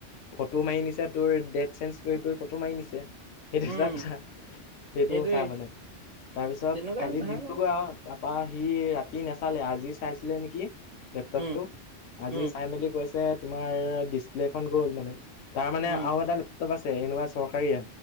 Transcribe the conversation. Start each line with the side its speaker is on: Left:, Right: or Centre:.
Left: ফটো মাৰি নিছে তোৰ ডেট চেঞ্জ কৰি কৰি ফটো মাৰি নিছে সেইটো
Right: উম,
Left: এটা কথা সেইটো
Right: সেইটোৱে
Left: কথা মানে তাৰপিছত
Right: তেনেকুৱাই
Left: কালি
Right: ভাল
Left: দিলো গৈ আৰু তাৰপা সি ৰাতি নাচালে আজি চাইছিলে নেকি লেপটপটো
Right: উম,
Left: আজি
Right: উম,
Left: চাই মেলি কৈছে তোমাৰ ডিচপ্লেখন গ'ল মানে। তাৰ মানে
Right: উম,
Left: আৰু এটা লেপটপ আছে এনেকুৱা চৰকাৰীয়ে